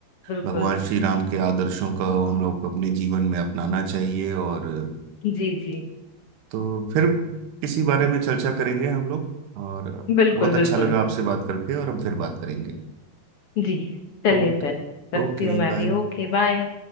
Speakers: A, on the left (about 55°); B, on the right (about 75°).
A: बिल्कुल
B: भगवान श्री राम के आदर्शों का हम लोग को अपने जीवन में अपनाना चाहिए और
A: जी जी
B: तो फिर किसी बारे में चर्चा करेंगे हम लोग और
A: बिल्कुल
B: बहुत
A: बिल्कुल
B: अच्छा लगा आपसे बात करके और हम फिर बात करेंगे
A: जी चलिए
B: ओके
A: फिर रखती
B: Okay
A: हूँ मैं
B: bye
A: भी Okay bye